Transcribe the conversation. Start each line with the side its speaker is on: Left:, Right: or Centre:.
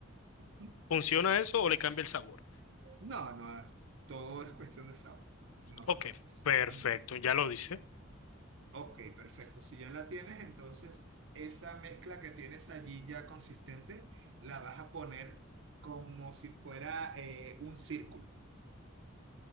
Right: Ujú.
Left: ¿Funciona eso o le cambia el sabor?
Right: No, no, todo es cuestión de sabor. No
Left: Ok,
Right: te preocupes.
Left: perfecto,
Right: Ujú.
Left: ya lo dice.
Right: Ok, perfecto. Si ya la tienes, entonces esa mezcla que tienes allí ya consistente, la vas a poner como si fuera eh, un círculo,